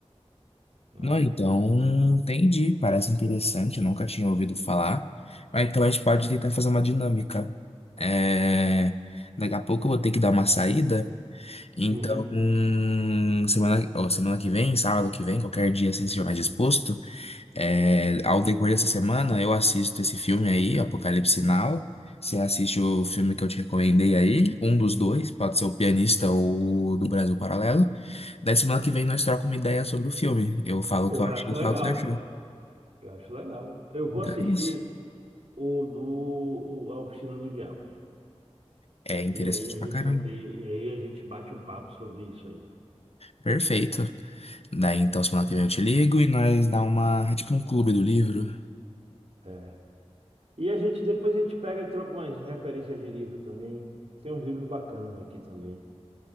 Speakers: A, on the right; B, on the left.
A: né?
B: Não, então, entendi. Parece interessante, eu nunca tinha ouvido falar. Mas então a gente pode tentar fazer uma dinâmica. É, Daqui a pouco eu vou ter que dar uma saída. Então,
A: Uhum.
B: hum, semana, ó, semana que vem, sábado que vem, qualquer dia assim, se estiver mais disposto. É, ao decorrer dessa semana, eu assisto esse filme aí, Apocalipse Now. Você assiste o filme que eu te recomendei aí, um dos dois, pode ser o Pianista ou o do Brasil Paralelo. Daí semana que vem nós trocamos uma ideia sobre o filme. Eu falo
A: Pô,
B: o que eu achei
A: eu acho
B: e
A: legal,
B: falo o que você
A: cara.
B: achou.
A: Eu acho legal. Eu vou
B: Então
A: assistir
B: é isso.
A: o do o- A Oficina do Diabo.
B: É interessante
A: E aí a
B: pra
A: gente
B: caramba.
A: vai ter, e aí a gente bate um papo sobre isso aí.
B: Perfeito. Daí então semana que vem eu te ligo e nós dá uma, é tipo um clube do livro.
A: É. E a gente depois a gente pega e troca umas referências de livro também. Tem uns livros bacanas aqui também.